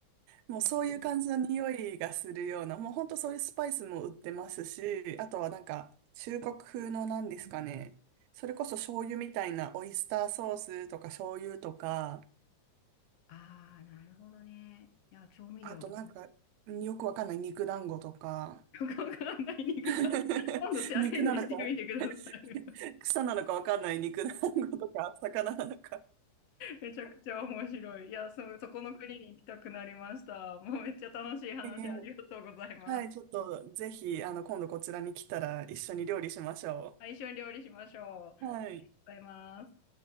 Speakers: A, on the right (about 75°); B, on the left (about 55°).
A: もうそういう感じの匂いがするような、もう本当そういうスパイスも売ってますし、あとはなんか、中国風のなんですかね、それこそ醤油みたいなオイスターソースとか醤油とか、
B: ああ、なるほどね。いや、調味料だね。
A: あとなんか、よくわかんない肉団子とか、
B: よくわかんない肉だ。
A: <laughs>
B: 今度チャレンジしてみてください。
A: 肉なのか <laughs> 草なのかわかんない肉団子とか魚なのか。
B: めちゃくちゃ面白い。いや、そ、そこの国に行きたくなりました。もうめっちゃ楽しい話ありがとうございます。
A: ええはい、ちょっとぜひ、あの、今度こちらに来たら一緒に料理しましょ
B: <laughs> あ一緒に料理しましょう。ありがとう
A: う。はい。
B: ございます。